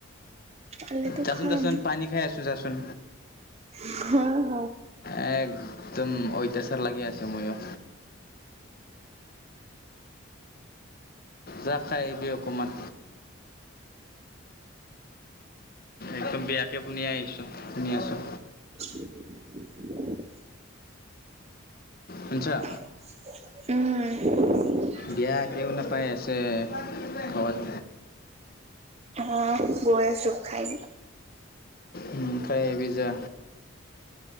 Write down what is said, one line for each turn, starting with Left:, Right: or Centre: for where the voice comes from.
Right: পালেতো
Left: যাচোন
Right: খাম
Left: যাচোন পানী খাই আছোন যাচোন।
Right: ঘ
Left: এ একদম ঐতাচাৰ লাগি আছে মইয়ো যা খাই আহিবি অকমান একদম বেয়াকে শুনি আহিছোঁ শুনি আছোঁ।
Right: <unintelligible>
Left: শুনছা?
Right: উম,
Left: দিয়া কেও নপাই আছে ঘৰত
Right: অ গৈ আছো খাই।
Left: উ খাই আহিবি যা